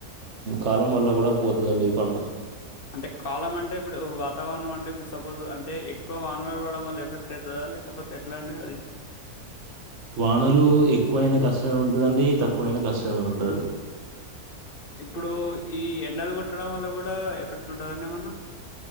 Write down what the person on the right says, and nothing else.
కాలం వల్ల కూడా పోతుందండి ఈ పంట
వానలు ఎక్కువైన కష్టమే ఉంటుందండి. తక్కువైన కష్టమే ఉంటుంది.